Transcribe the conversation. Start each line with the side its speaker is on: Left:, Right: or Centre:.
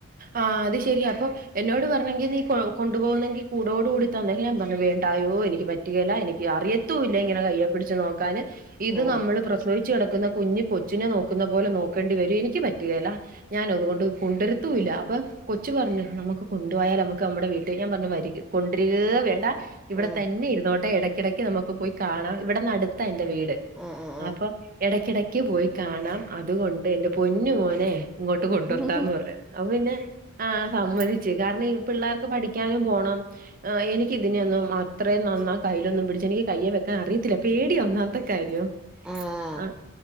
Right: ആഹ് അത് ശരിയാപ്പൊ എന്നോട് പറഞ്ഞെങ്കി നീ കൊണ്ടു പോകുന്നെങ്കി കൂടോട് കൂടി തന്നേ ഞാൻ പറഞ്ഞു വേണ്ടായോ എനിക്ക് പറ്റുകേല്ല എനിക്ക് അറിയത്തൂ ല്ല ഇങ്ങനെ കയ്യെ പിടിച്ച് നോക്കാന് ഇത്
Centre: ആഹ്
Right: നമ്മള് പ്രസവി- ച്ച് കിടക്കുന്ന കുഞ്ഞി കൊച്ചിനെ നോക്കുന്ന പോലെ നോക്കേണ്ടി വരും എനിക്ക് പറ്റുകേല്ല ഞാൻ അതുകൊണ്ട് കൊണ്ട്രത്തു- ത്തൂല്ല അപ്പൊ കൊച്ചു പറഞ്ഞു നമ്മുക്ക് കൊണ്ടു പോയാലോ നമുക്ക് നമ്മുടെ വീട്ടിൽ ഞാൻ പറഞ്ഞു വരിക കൊണ്ട്രികേ വേണ്ട ഇവിടെ
Centre: ആഹ്
Right: തന്നെ ഇരുന്നോട്ടെ എടയ്ക്കിടയ്ക്ക് നമുക്ക് പോയി കാണാം ഇവിടന്ന്ടുത്ത് അടുത്തായിട്ട വീട്
Centre: ആഹ് ആഹ് ആഹ്
Right: അപ്പൊ എടക്കെടക്ക് പോയി കാണാം അതുകൊണ്ട് എന്റെ പൊന്നു മോനെ ഇങ്ങോട്ട് കൊണ്ട്രണ്ടാന്ന്
Centre: ആഹ്
Right: പറഞ്ഞ് അപ്പ പിന്നെ ആഹ സമ്മതിച്ചു കാരണം ഈ പിള്ളേർക്ക് പഠിക്കാനും പോണം ആ എനിക്കിതിനൊന്നും അത്രയും നന്ന കയ്യിലൊന്നും പിടിച്ച് എനിക്ക് കയ്യെ വെക്കാൻ അറിയത്തില്ല പേടി ഒന്നാമത്തെ കാര്യം
Centre: ആഹ്
Right: അഹ്